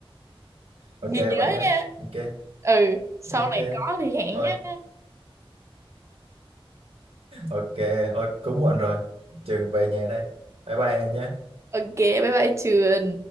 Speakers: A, on the right; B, on the right.
A: ok
B: ghi nhớ
A: vậy nhé
B: nha
A: ok
B: ừ sau
A: ok
B: này có thì hẹn
A: thôi
B: nhé
A: ok thôi cũng muộn rồi trường về nhà đây bye bye em nhé
B: ok bye bye trường